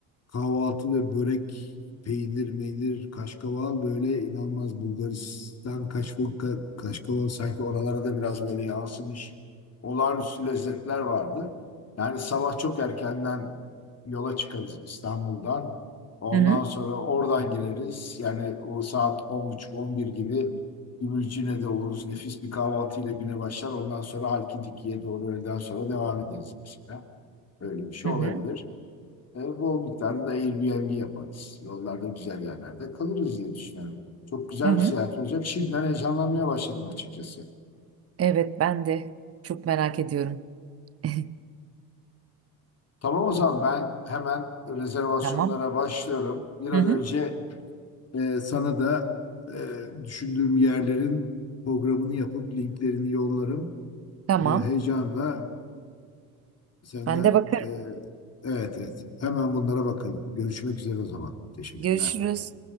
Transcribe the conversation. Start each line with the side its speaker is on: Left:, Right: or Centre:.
Left: kahvaltı ve börek, peynir, meynir, kaşkaval böyle inanılmaz Bulgaristan kaşkaval, ka- kaşkaval sanki oralara da biraz böyle yansımış olağanüstü lezzetler vardı. Yani sabah çok erkenden yola çıkarız İstanbul'dan. Ondan
Right: hı hı,
Left: sonra oradan gireriz. Yani o saat 10.30-11 gibi Gümüşcine'de de oluruz. Nefis bir kahvaltıyla güne başlar. Ondan sonra Halkidiki'ye doğru öğleden sonra devam ederiz mesela. Böyle bir şey
Right: hı hı,
Left: olabilir. E, bol miktarda da Airbnb yaparız. Yollarda güzel yerlerde kalırız diye düşünüyorum. Çok güzel
Right: hı hı.
Left: bir seyahat olacak. Şimdiden heyecanlanmaya başladım açıkçası.
Right: Evet, ben de çok merak ediyorum. <laughs>
Left: Tamam o zaman ben hemen rezervasyonlara
Right: Tamam.
Left: başlıyorum. Bir an
Right: Hı hı,
Left: önce e, sana da e, düşündüğüm yerlerin programını yapıp linklerini yollarım.
Right: tamam.
Left: E, heyecanla Senden
Right: Ben de bakarım.
Left: e, evet evet. Hemen bunlara bakalım. Görüşmek üzere o zaman. Teşekkürler.
Right: Görüşürüz.